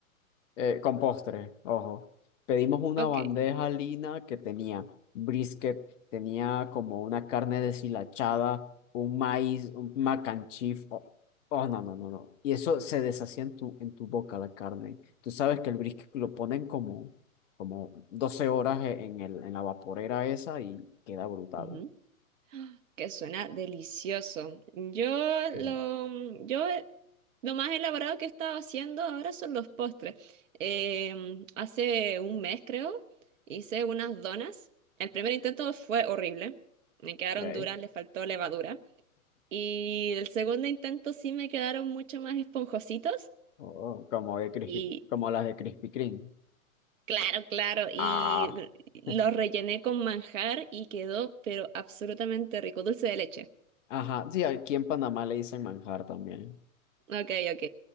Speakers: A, on the left; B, on the right.
A: Eh, con postre, ojo. Pedimos una
B: Ok.
A: bandeja lina que tenía brisket, tenía como una carne deshilachada, un maíz, un mac and cheese. Oh, oh, no, no, no, no. Y eso se deshacía en tu, en tu boca la carne. Tú sabes que el brisket lo ponen como, como 12 horas e- en el, en la vaporera esa y queda brutal.
B: ujú, Que suena delicioso. Yo lo,
A: Bien.
B: yo Lo más elaborado que he estado haciendo ahora son los postres. Em, hace un mes, creo, hice unas donas. El primer intento fue horrible. Me quedaron
A: Okay.
B: duras, le faltó levadura. Y el segundo intento sí me quedaron mucho más esponjositos.
A: Oh, como de Krispy-
B: Y
A: como las de Krispy Kreme.
B: claro, claro. Y
A: Ah.
B: los
A: <laughs>
B: rellené con manjar y quedó, pero absolutamente rico, dulce de leche.
A: Ajá, sí, aquí en Panamá le dicen manjar también.
B: Ok, ok.